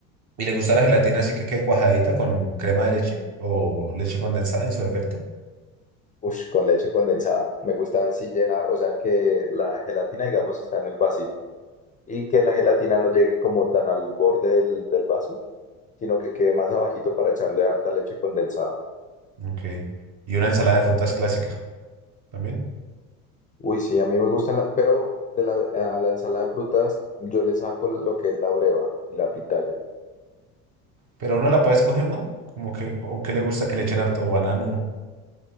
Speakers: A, on the right (about 45°); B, on the left (about 20°).
A: ¿Y le gusta la gelatina así que quede cuajadita con crema de leche o leche condensada en su defecto?
B: Ush, con leche condensada. Me gusta así llenar, o sea que la gelatina, digamos, está en el vasito. Y que la gelatina no llegue como tan al borde del, del vaso, sino que quede más abajito para echarle harta leche condensada.
A: Ok. Y una ensalada de frutas clásica. también.
B: Uy, sí, a mí me gusta la, pero de la, a la ensalada de frutas yo le saco lo que es la breva y la pitaya.
A: Pero uno la puede escoger, ¿no? Como que, o que le gusta que le echen harto banano